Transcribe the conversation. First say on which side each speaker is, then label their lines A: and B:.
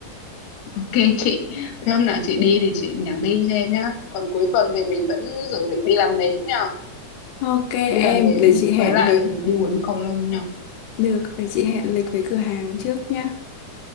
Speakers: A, on the left; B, on the left.
A: Ok chị. Thế hôm nào chị đi thì chị nhắn tin cho em nhá. Còn cuối tuần thì mình vẫn dự định đi làm nến nhá.
B: Ok
A: Đi
B: em,
A: làm nến
B: để chị hẹn
A: với lại
B: với
A: đi uống cầu lông nhá.
B: được, để chị hẹn lịch với cửa hàng trước nhá.